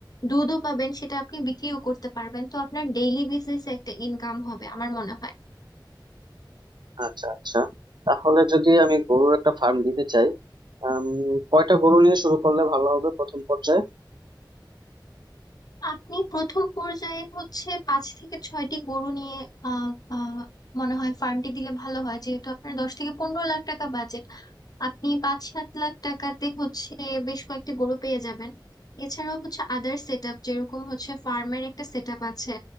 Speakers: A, on the left; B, on the right.
A: দুধও পাবেন সেটা আপনি বিক্রিও করতে পারবেন তো আপনার ডেইলি বেসিসে একটা ইনকাম হবে আমার মনে হয়
B: আচ্ছা আচ্ছা তাহলে যদি আমি গরুর একটা ফার্ম দিতে চাই আম, কয়টা গরু নিয়ে শুরু করলে ভালো হবে প্রথম পর্যায়ে
A: আপনি প্রথম পর্যায়ে হচ্ছে পাঁচ থেকে ছয়টি গরু নিয়ে আহ আহ, মনে হয় ফার্মটি দিলে ভালো হয় যেহেতু আপনার দশ থেকে পনেরো লাখ টাকা বাজেট আপনি পাঁচ সাত লাখ টাকাতে হচ্ছে বেশ কয়েকটি গরু পেয়ে যাবেন এছাড়াও হচ্ছে আদার সেট আপ যেরকম হচ্ছে ফার্মের একটা সেট আপ আছে